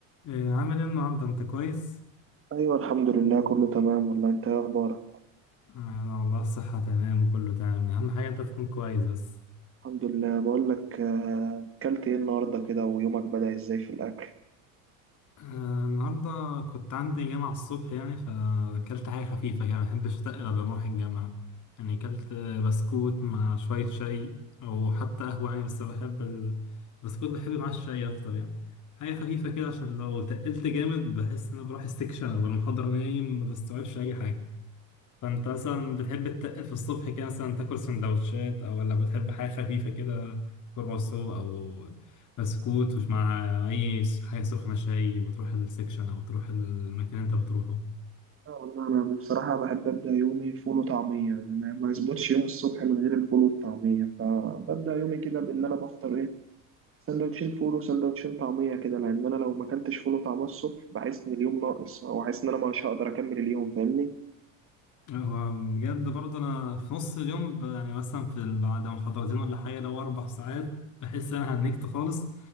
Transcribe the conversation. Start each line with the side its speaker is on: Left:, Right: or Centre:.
Left: إيه عامل ايه النهارده انت كويس
Right: ايوه الحمد لله كله تمام والله انت ايه اخبارك
Left: انا والله الصحه تمام وكله تمام اهم حاجه انت تكون كويس بس
Right: الحمد لله بقول لك آه، اكلت ايه النهارده كده ويومك بدأ ازاي في الاكل
Left: آه النهارده كنت عندي جامعه الصبح يعني فاكلت حاجه خفيفه كده ما بحبش اتقل قبل ما اروح الجامعه يعني اكلت آه، بسكوت مع شويه شاي او حتى قهوه يعني بس بحب ال- البسكوت بحب مع الشاي اكتر يعني حاجه خفيفه كده عشان لو تقلت جامد بحس ان أنا بروح استكشن او المحاضره نايم ما بستوعبش اي حاجه فانت مثلا بتحب تتقل في الصبح كده مثلا تاكل سندوتشات او ولا بتحب حاجه خفيفه كده كرواسو او بسكوت ومش مع اي س- حاجه سخنه شاي وتروح السكشن او تروح المكان اللي انت بتروحه
Right: آه، والله انا بصراحه بحب ابدا يومي فول وطعميه يعني ما ما يظبطش يوم الصبح من غير الفول والطعميه فببدا يومي كده بان انا بفطر ايه سندوتشين فول وسندوتشين طعميه كده لان انا لو ما اكلتش فول وطعميه الصبح بحس ان اليوم ناقص او حاسس ان انا مش هقدر اكمل اليوم فاهمني
Left: هو بجد برضه انا في نص اليوم ب- يعني مثلا في ال- بعد محاضرتين ولا حاجه لو اربع ساعات بحس ان انا هنكت خالص